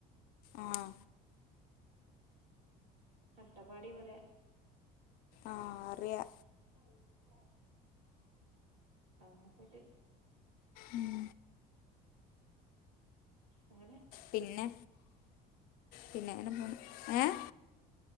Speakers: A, on the left; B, on the right.
A: ആഹ്
B: അട്ടപ്പാടി പോലെ
A: ആഹ് അറിയാ
B: <inaudible> അതുടെ കൂട്ടി
A: ഉം
B: അങ്ങനെ
A: പിന്നെ പിന്നെങ്ങനെ പോന്നു ഏഹ്